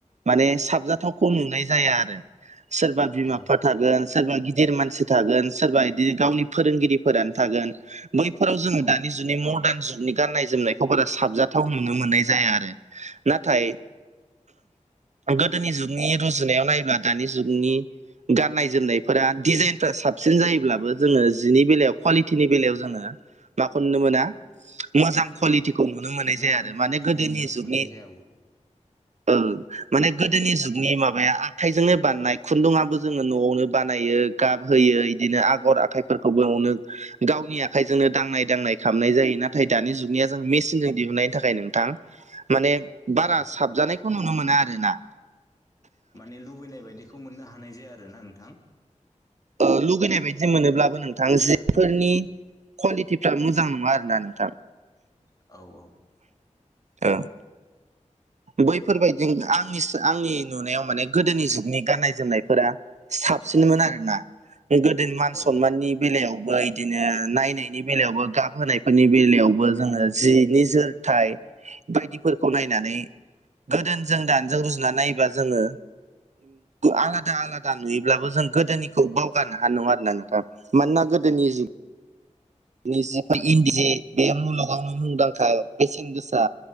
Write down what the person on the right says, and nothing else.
माने साबजाथावखौ नुनाय जाया आरो। सोरबा बिमा
बिफा थागोन सोरबा गिदिर मानसि थागोन सोरबा दि गावनि फोरोंगिरिफोरानो थागोन। बैफोराव जोङो
दानि जुगनि मदान जुगनि गाननाय जोमनायखौ बारा साबजाथाव नुनो मोननाय जाया आरो। नाथाय गोदोनि जुगनि रुजुनायाव नायब्ला दानि जुगनि गाननाय जोमनायफोरा दिजारनफोरा साबसिन जायोब्ला बो जोङो जिनि बेलायाव कुवालिटिनि बेलायाव जोङो माखौ नुनो मोना मोजां कुवालिटिखौ नुनो मोननाय
जाया आरो।
माने गोदोनि
जुगनि
औ माने गोदोनि जुगनि माबाया आखाइजोंनो बानायनाय खुन्दुुंबो जोङो न'आवनो बानायो। गाब होयो इदिनो आगर आखायफोरखौबो न'नो गावनि आखायजोंनो दांनाय दांनाय खामनाय जायो। नाथाय दानि जुगनिया जों मेसिनजों दिहुननायनि थाखाय नोंथां माने बारा
साबजानायखौ नुनो मोना आरो ना।
ओ लुगैनाय बाय जों मोनोब्लाबो नोंथां जिफोरनि कुवालिटिफ्रा मोजां नङा आरो ना नोंथां।
ओ बैफोरबायदि आंनिस आंनि नुनायाव माने गोदोनि जुगनि गाननाय जोमनायफोरा। साबसिनमोन आरो ना गोदो मान
सनमाननि
बेलायावबो इदिनो नायनायनि बेलायावबो गाब होनायफोरनि बेलायावबो जोङो जि निजोर थाय बायदिफोरखौ नायनानै गोदोनि जों दानिजों रुजुनानै नायोबा जोङो। आलादा आलादा नुयोब्लाबो जों गोदोनिखौ बावगारनो हानाय नङा आरो ना नों थां मानोना गोदोनि जुग निजि <unintelligible> इन्दिनि बे मुलुगावनो मुंदांखा बेसेन गोसा